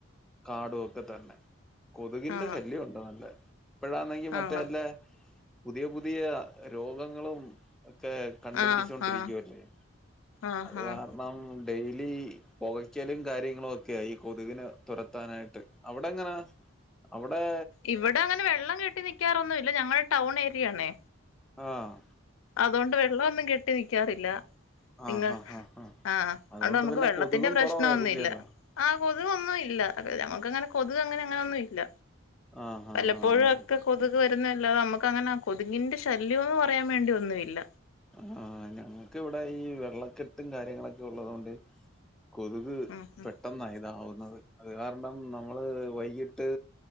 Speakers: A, in the centre; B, on the left (about 75°).
A: കാടും ഒക്കെ തന്നെ കൊതുകിന്റെ
B: ആണോ
A: ശല്യം ഉണ്ട് നല്ല ഇപ്പഴാന്നെങ്കി മറ്റേ
B: ആണോ
A: അല്ലേ പുതിയ പുതിയ രോഗങ്ങളും ഒക്കെ കണ്ടുപിടിച്ചൊണ്ടിരിക്കുവല്ലേ
B: ആഹ് ആഹ് ആഹ്
A: അത്
B: ആഹ്
A: കാരണം ഡെയിലി പുകയ്ക്കലും കാര്യങ്ങളും ഒക്കെയ ഈ കൊതുകിനെ തുരത്താനായിട്ട് അവിടെ എങ്ങനാ അവിടെ
B: ഇവിടെ അങ്ങനെ വെള്ളം കെട്ടി നിക്കാറൊന്നു ഇല്ല ഞങ്ങളുടെ ടൗൺ ഏരിയ ആണേ
A: ആഹ്
B: അതുകൊണ്ട് വെള്ളമൊന്നും കെട്ടി നിക്കാറില്ല നിങ്ങൾ
A: ആഹ് ഹാ ഹാ ഹാ
B: ആഹ് അത്
A: അതുകൊണ്ട്
B: കെണ്ട് നമുക്ക്
A: പിന്നെ
B: വെള്ളത്തിന്റെ
A: കൊതുകും
B: പ്രശ്നം
A: കുറവായിരിക്കുവല്ലോ
B: ഒന്നും ഇല്ല ആഹ് കൊതുുകൊന്നും ഇല്ല ഞങ്ങക്ക് അങ്ങനെ കൊതുക് അങ്ങനെ അങ്ങനെൊന്നും ഇല്ല
A: ആഹ് ആഹ്
B: വലപ്പോഴും
A: ഹാ ഞങ്ങ
B: ഒക്കെ കൊതുക് വരുന്നല്ലാ നമുക്ക് അങ്ങനെ കൊതുുകങ്ങിന്റെ ശല്യം ഒന്ന് പറയാൻ വേണ്ടിയോ ഒന്നുമില്ല
A: ആഹ് ഞങ്ങൾക്ക് ഇവിടെ ഈ വെള്ളക്കെട്ടും കാര്യങ്ങളൊക്കെ ഉള്ളതുകൊണ്ട് കൊതുക്
B: ഉം ഉം
A: പെട്ടെന്ന ഇതാവുന്നത് അത് കാരണം നമ്മള് വൈകിട്ട്